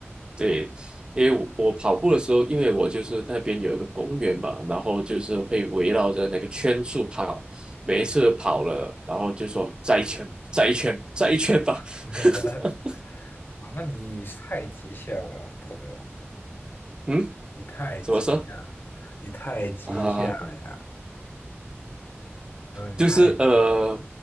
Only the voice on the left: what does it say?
<laughs>
啊，那你太极限了，朋友。
你太极限了，
你太极限了呀！
嗯，你太，